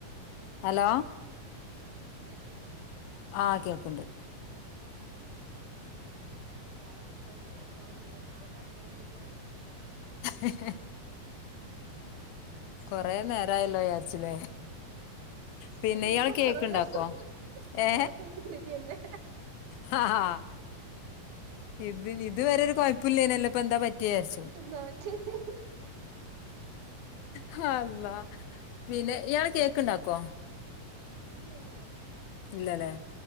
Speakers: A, on the right (about 85°); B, on the left (about 80°).
A: Hello
B: hello
A: ആ കേക്കാവോ
B: ആഹ് കേൾക്ക്ണ്ട്
A: ഉം ഉം രാവിലൊട്ട് വൈകിട്ടരെ ഫോൺ വിളി എന്നെ ആൾക്കാരൊക്കെ എന്ത് വിചാരിക്കും
B: ഹ ഹ കൊറേ നേരായല്ലോ വിചാരിച്ചിലേ പിന്നെ
A: അല്ല
B: ഇയാള്
A: ഇപ്പൊ
B: കേക്കുണ്ടാക്കോ
A: കൊറേ ദിവസം കൊറേ
B: ഏ
A: ദിവസം കൊണ്ട് ഇത് എന്നെ
B: ഹ ഹാ ഇത് ഇത് വരെ ഒരു കൊയപ്പില്ലേന്നലോ പ്പ എന്താ പറ്റിയേ വിചരിച്ചു
A: <unintelligible>
B: ഹള്ളാ പിന്നെ ഇയാള് കേക്ക് ണ്ടാക്കോ?
A: ഇല്ല ഇല്ല
B: ഇല്ലലേ